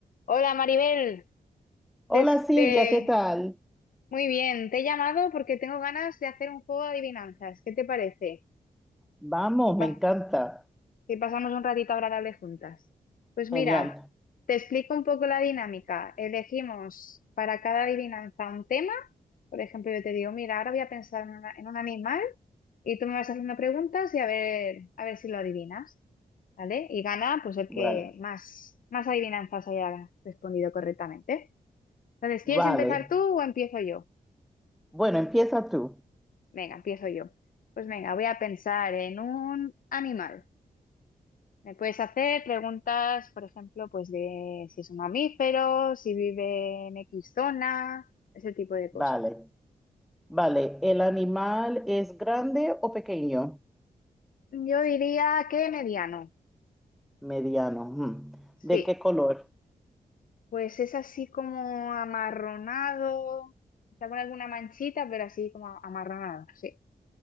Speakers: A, on the left (about 65°); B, in the centre.
A: Hola Maribel,
B: Hola
A: te,
B: Silvia,
A: te-
B: ¿qué tal?
A: muy bien, te he llamado porque tengo ganas de hacer un juego de adivinanzas. ¿Qué te parece?
B: Vamos,
A: Que,
B: me
A: pa-
B: encanta.
A: que pasamos un ratito agradable juntas. Pues mira,
B: Genial.
A: te explico un poco la dinámica. Elegimos para cada adivinanza un tema. Por ejemplo, yo te digo, mira, ahora voy a pensar en, una- en un animal y tú me vas haciendo preguntas y a ver, a ver si lo adivinas, ¿vale? Y gana pues el que
B: Vale,
A: más, más adivinanzas haya respondido correctamente. Entonces, ¿quieres
B: vale.
A: empezar tú o empiezo yo?
B: Bueno, empieza tú.
A: Venga, empiezo yo. Pues venga, voy a pensar en un animal. Me puedes hacer preguntas, por ejemplo, pues de si es un mamífero, si vive en X zona, ese tipo de cosas.
B: Vale, vale. ¿El animal es grande o pequeño?
A: Yo diría que mediano.
B: Mediano. ujú. ¿De
A: Sí,
B: qué color?
A: pues es así como amarronado, está con alguna manchita, pero así como amarronado, sí.